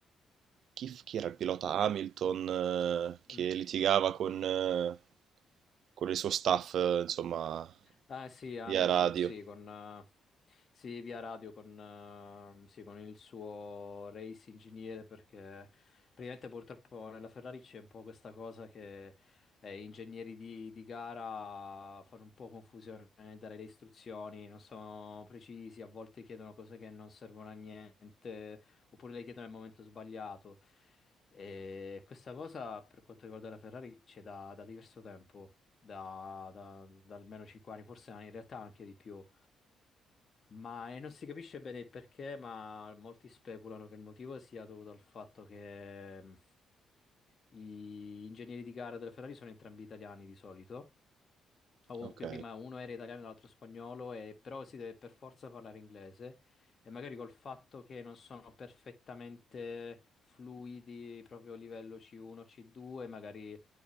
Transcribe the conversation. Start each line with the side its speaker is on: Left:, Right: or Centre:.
Right: chi, f- chi era il pilota Hamilton eh, che
Left: Mm?
Right: litigava con, eh, con il suo staff, eh, insomma,
Left: Ah sì, Hamilton,
Right: via radio.
Left: sì, con, eh, sì, via radio con, eh, sì, con il suo race ingegnere perché praticamente purtroppo nella Ferrari c'è un po' questa cosa che eh, ingegneri di, di gara fanno un po' confusione nel dare le istruzioni, non sono precisi, a volte chiedono cose che non servono a niente oppure le chiedono nel momento sbagliato. E questa cosa per quanto riguarda la Ferrari c'è da, da diverso tempo, da, da- da almeno 5 anni, forse in realtà anche di più. Ma e non si capisce bene il perché, ma molti speculano che il motivo sia dovuto al fatto che mh, gli ingegneri di gara della Ferrari sono entrambi italiani di solito. O comunque
Right: Ok.
Left: prima uno era italiano e l'altro spagnolo, e- però si deve per forza parlare inglese e magari col fatto che non sono perfettamente fluidi proprio a livello C1, C2, magari